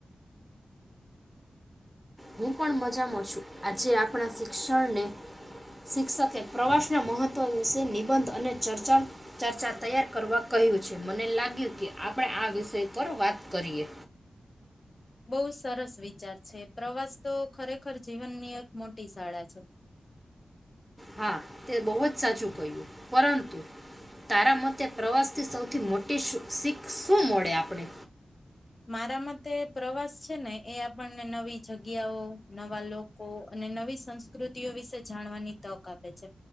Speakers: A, in the centre; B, on the left (about 35°).
A: હું પણ મજામાં છું આજે આપણા શિક્ષણને શિક્ષકે પ્રવાસના મહત્વ વિશે નિબંધ અને ચર્ચા ચર્ચા તૈયાર કરવા કહ્યું છે મને લાગ્યું કે આપણે આ વિષય પર વાત કરીએ
B: બહુ સરસ વિચાર છે પ્રવાસ તો ખરેખર જીવનની એક મોટી શાળા છે
A: હા તે બહુ જ સાચું કહ્યું પરંતુ તારા મતે પ્રવાસ થી સૌથી મોટી શીખ શું મળે આપણે
B: મારા મતે પ્રવાસ છે ને એ આપણને નવી જગ્યાઓ નવા લોકો અને નવી સંસ્કૃતિઓ વિશે જાણવાની તક આપે છે